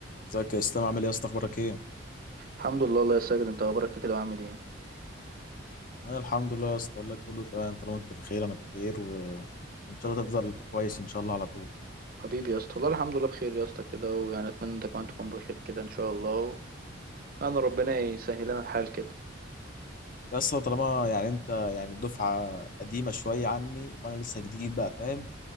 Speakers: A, on the left (about 45°); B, on the right (about 45°).
A: ازيك يا اسلام عامل ايه يا اسطى اخبارك ايه
B: الحمد لله الله يا ساجد انت اخبارك كده وعامل ايه
A: انا الحمد لله يا اسطى والله كله تمام طالما انت بخير انا بخير وان شاء الله تفضل كويس ان شاء الله على طول
B: حبيبي يا اسطى والله الحمد لله بخير يا اسطى كده ويعني اتمنى انت كمان تكون بخير كده ان شاء الله انا ربنا يسهل لنا الحال كده
A: يا اسطى طالما يعني انت يعني دفعه قديمه شويه عني وانا لسه جديد بقى فاهم